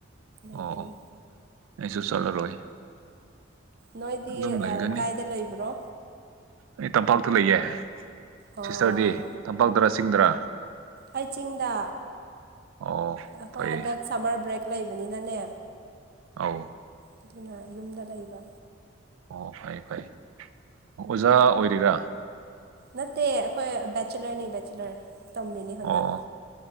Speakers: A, on the right (about 85°); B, on the right (about 50°).
A: ꯑꯣ
B: ꯥꯏꯀꯅꯤ
A: ꯑꯣ ꯑꯩꯁꯨ ꯆꯠꯂꯔꯣꯏ
B: ꯅꯣꯏꯗꯤ
A: ꯑꯗꯨꯝ ꯂꯩꯒꯅꯤ
B: ꯀꯥꯏꯗ ꯂꯩꯕ꯭ꯔꯣ
A: ꯑꯩ ꯇꯝꯄꯥꯛꯇꯨ ꯂꯩꯌꯦ
B: ꯑꯣ
A: ꯁꯤꯁꯇꯔꯗꯤ ꯇꯝꯄꯥꯛꯇꯔꯥ ꯆꯤꯡꯗꯔꯥ
B: ꯑꯩ ꯆꯤꯡꯗ
A: ꯑꯣ
B: ꯑꯩꯈꯣꯏ
A: ꯐꯩꯌꯦ
B: ꯍꯟꯗꯛ ꯁꯝꯃꯔ ꯕ꯭ꯔꯦꯛ ꯂꯩꯕꯅꯤꯅꯅꯦ
A: ꯑꯧ
B: ꯑꯗꯨꯅ ꯌꯨꯝꯗ ꯂꯩꯕ
A: ꯑꯣ ꯐꯩ ꯐꯩ ꯑꯣꯖꯥ ꯑꯣꯏꯔꯤꯔꯥ
B: ꯅꯠꯇꯦ ꯑꯩꯈꯣꯏ ꯕꯆꯂꯔꯅꯤ ꯕꯆꯂꯔ ꯇꯝꯕꯤꯅꯤ ꯍꯣꯟꯟꯗ
A: ꯑꯣ